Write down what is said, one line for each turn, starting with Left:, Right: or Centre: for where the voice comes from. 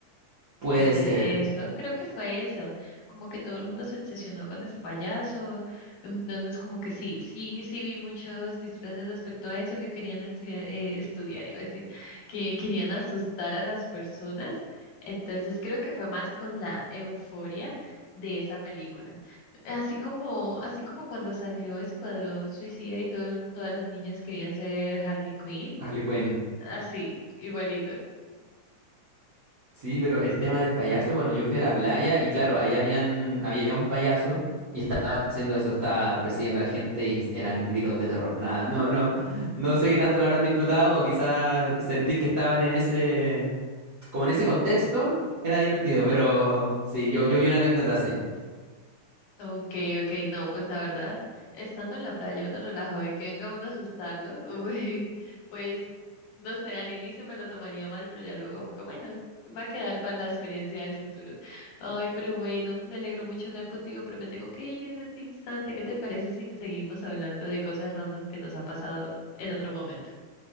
Right: Puede
Left: El de
Right: ser,
Left: eso, creo que fue eso, como que todo el mundo se obsesionó con ese payaso, entonces como que sí, sí, sí vi muchos disfraces respecto a eso que querían estudiar, eh, estudiar, iba a decir, que querían asustar a las personas, entonces creo que fue más con la euforia de esa película, así como, así como cuando salió Escuadrón Suicida y todo el- todas las niñas querían ser Harley Quinn,
Right: Harley Quinn.
Left: así, igualito.
Right: Sí, pero el tema del payaso, bueno, yo fui a la playa y claro, ahí habían, había un payaso y estaba haciendo eso, estaba persiguiendo a la gente y eran gritos de terror. Nada, no, no, no sé qué tanto lo habrán disfrutado o quizás sentir que estaban en ese, como en ese contexto, era divertido, pero sí, yo, yo vi una anécdota así.
Left: Ok, ok, no, pues la verdad, estando en la playa uno relajado y que venga uno a asustarlo, <laughs> uy, pues no sé, al inicio me lo tomaría mal, pero ya luego como que bueno, va a quedar para la experiencia del futuro. Ay, pero bueno, me alegro mucho hablar contigo, pero me tengo que ir en este instante. ¿Qué te parece si que seguimos hablando de cosas random que nos ha pasado en otro momento?